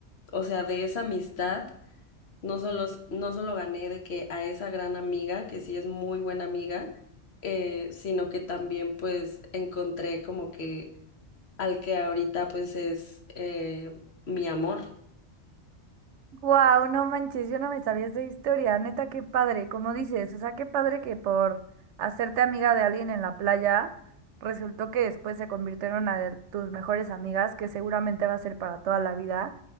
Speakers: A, on the left; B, on the right.
A: o sea, de esa amistad. No solo, no solo gané de que a esa gran amiga, que sí es muy buena amiga, eh, sino que también pues encontré como que al que ahorita pues es eh, mi amor.
B: Wow, no manches, yo no me sabía esa historia, neta, qué padre, como dices, o sea, qué padre que por hacerte amiga de alguien en la playa, resultó que después se convirtieron a de tus mejores amigas, que seguramente va a ser para toda la vida,